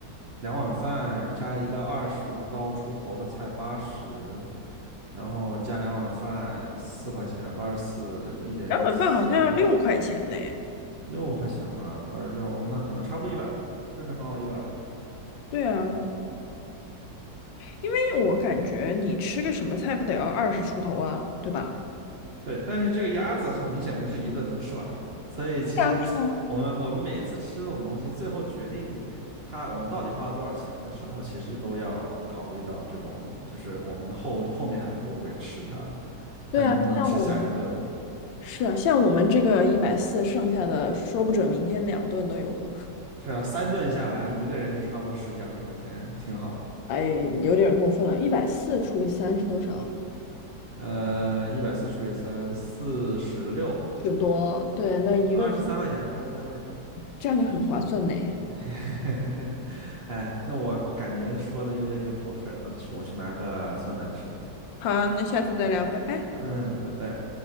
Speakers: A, on the right; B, on the left.
A: 两碗饭加一个二十刀出头的菜八十，然后加两碗饭四块钱，八十四，一点一三，
B: 两碗饭好像要六块钱呢。
A: 六块钱吧，八十六，哦那可能差不多一百吧，正正好好一百吧。
B: 对啊，因为我感觉你吃个什么菜不得要二十出头啊，对吧？
A: 对，但是这个鸭子很明显不是一顿能吃完的，所以其实
B: 是啊，是啊。
A: 我们我们每次吃这种东西，最后决定它我们到底花了多少钱的时候，其实都要考虑到这种，就是我们后后面还会不会吃它，
B: 对啊，
A: 还能不能吃下一顿，
B: 像我们是啊，像我们这个一百四，剩下的说不准明天两顿都有了。
A: 是啊，三顿下来，一个人就差不多十几二十块钱，挺好的。
B: <laughs> 哎，有点过分了，一百四除以三是多少啊
A: 呃，一百四除以三，四十六，
B: 十多，对，那一个人
A: 二十三块钱，二十三块钱。
B: 这样就很划算呢。
A: <laughs> 哎，那我我感觉说的又要咽口水了，去我去拿个酸奶吃。
B: 好，那下次再聊，拜拜。
A: 嗯，拜拜。